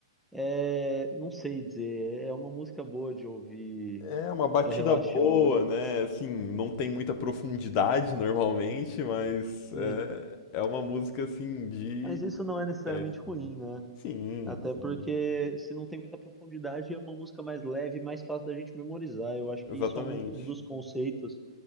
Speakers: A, in the centre; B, on the left.
A: é, não sei dizer. É uma música boa de ouvir
B: é uma batida
A: pra relaxar,
B: boa,
A: né?
B: né? Assim, não tem muita profundidade <laughs> normalmente, mas é,
A: Sim.
B: é uma música assim de
A: Mas isso não é necessariamente
B: é,
A: ruim, né?
B: Sim,
A: Até
B: sim,
A: porque se não tem muita profundidade, é uma música mais leve, mais fácil da gente memorizar. Eu acho
B: exatamente.
A: que isso é um, um dos conceitos